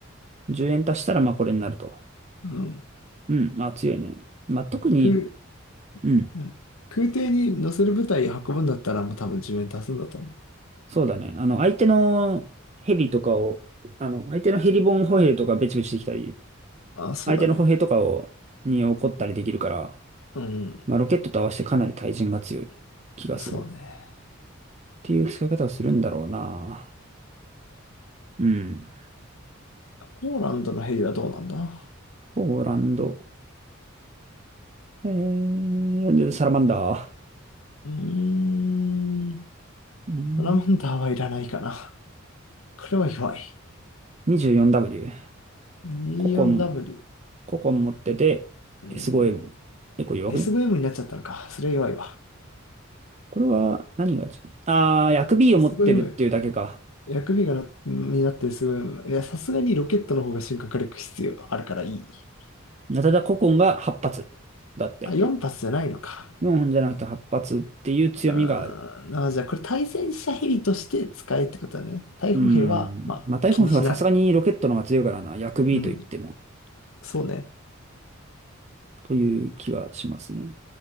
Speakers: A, on the right; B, on the left.
A: 10円足したらまあこれになると。
B: うん。
A: うん、あ、強いね。まあ特に、
B: 空、
A: うん、
B: うん。空挺に乗せる部隊運ぶんだったら、もう多分自分足すんだと思う。
A: そうだね。あの、相手のヘリとかを、あの、相手のヘリボーン歩兵とかベチベチできたり、
B: あ、そうだね。
A: 相手の歩兵とかを、に怒ったりできるから、
B: うん。
A: まあロケットと合わせてかなり対人が強い気がする。
B: そうね。
A: っていう使い方をするんだろうな。うん。
B: ポーランドのヘリはどうなんだ
A: ポーランド。えー、でサラマンダー。
B: うーん。
A: うん
B: サラマンダーはいらないかな。これは弱い。
A: 24W。
B: 24W。
A: ココン。個々持ってて、
B: うん。
A: s 5 m 結構弱くね
B: SVM になっちゃったのか。それは弱いわ。
A: これは何が違うあー、薬 B
B: SVM、
A: を持ってるっていうだけか。
B: 薬味がな、になった SVM。いや、さすがにロケットの方が進化火力必要あるからいい。
A: ナタダココンが8発。だって。
B: あ、4発じゃないのか。
A: 4じゃなくて8発っていう強みがある。
B: あーあ、じゃあこれ対戦車ヘリとして使えってことだね。対捕兵は、
A: うーん。
B: まあ、
A: まあ、タイフォンはさすがにロケットの方が強いからな。
B: 気にしない。
A: 薬 B
B: うん。
A: と言っても。
B: そうね。
A: という気はしますね。